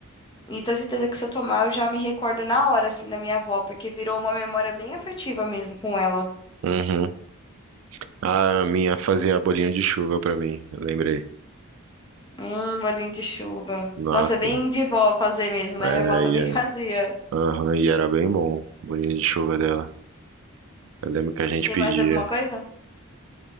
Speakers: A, on the left; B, on the right.
A: e tenho certeza que se eu tomar, eu já me recordo na hora, assim, da minha avó, porque virou uma memória bem afetiva mesmo com ela.
B: uhum. Ah, A minha fazia bolinho de chuva pra mim, eu lembrei.
A: Hum, bolinho de chuva.
B: Nossa,
A: Nossa, é bem de vó fazer mesmo, né?
B: é,
A: Minha avó também
B: e é-
A: <laughs> fazia.
B: aham, e era bem bom, bolinho de chuva dela. Eu lembro que a gente
A: Tem
B: pedia.
A: mais alguma coisa?